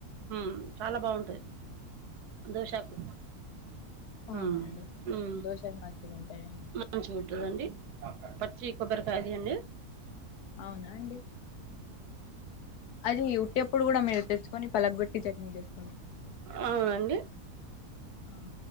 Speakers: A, on the right; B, on the left.
A: ఉమ్ చాలా బాగుంటది దోశాకు
B: అవునండి
A: ఉమ్ ఉమ్
B: దోశలు మంచిగా ఉంటాయండి
A: మంచిగుంటదండి పచ్చి కొబ్బరికాయ తీయండి
B: అవున అండి అది ఉట్టప్డు కూడా మీరు తెచ్చుకొని పలగొట్టి చట్నీ చేస్తారు
A: అవునండి
B: ఆహ